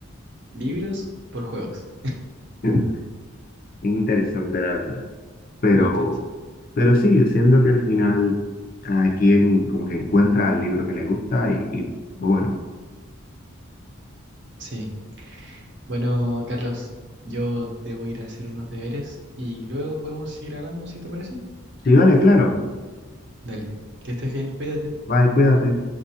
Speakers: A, on the right (about 55°); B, on the left (about 40°).
A: libros por juegos.
B: <laughs> interesante la verdad. Pero,
A: Muy interesante.
B: pero sí, siento que al final cada quien como que encuentra el libro que le gusta y, y bueno,
A: Sí. Bueno, Carlos, yo debo ir a hacer unos deberes y luego podemos seguir hablando, si te parece.
B: sí, vale, claro.
A: Dale, que estés bien, cuídate.
B: Bye, cuídate.